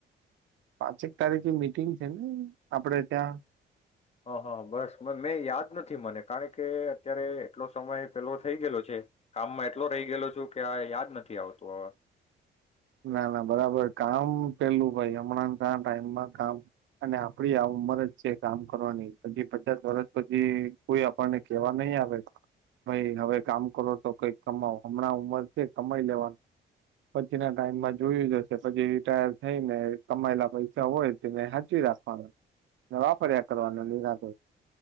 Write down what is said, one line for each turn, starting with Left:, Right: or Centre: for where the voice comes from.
Right: પાંચેક તારીખ મિટિંગ છે ને આપડે ત્યાં
Left: હ હા બસ મેં યાદ નથી મને કારણ કે અત્યારે એટલો સમય પેલો થઈ ગયેલો છે કામમાં એટલો રહી ગયેલો છુ ક યાદ નથી આવતું હવે
Right: ના ના બરાબર કામ પેલું ભાઈ હમણાં ટાઈમમાં કામ અને આપડી આ ઉંમર જ છે કામ કરવાની પછી પચાસ વર્ષ પછી કોઈ આપણને કેવા નહી આવે ભાઈ હવે કામ કરો તો કઈક કમાવ હમણાં ઉંમર છે કમાઈ લેવાનું પ છી ના ટાઈમમાં જોયું જશે પછી રિટાયર થઈને કમાયેલા પૈસા હોય તેને હાચી રાખવાનો વાપર્યા કરવાનો નિરાદ